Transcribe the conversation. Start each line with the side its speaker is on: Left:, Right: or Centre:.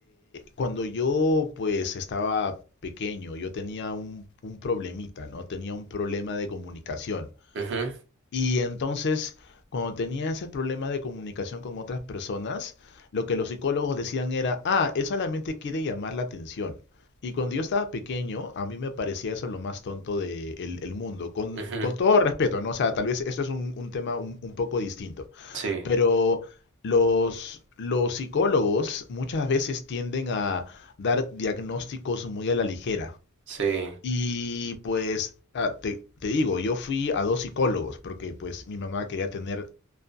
Left: cuando yo pues estaba pequeño, yo tenía un, un problemita, ¿no? Tenía un problema de comunicación.
Right: Ujú,
Left: Y entonces, cuando tenía ese problema de comunicación con otras personas, lo que los psicólogos decían era, ah, él solamente quiere llamar la atención. Y cuando yo estaba pequeño, a mí me parecía eso lo más tonto del mundo, con,
Right: ujú,
Left: con todo respeto, ¿no? O sea, tal vez esto es un, un tema un un poco distinto.
Right: sí,
Left: Pero los, los psicólogos muchas veces tienden a dar diagnósticos muy a la ligera.
Right: sí.
Left: Y pues ah, te, te digo, yo fui a dos psicólogos porque pues mi mamá quería tener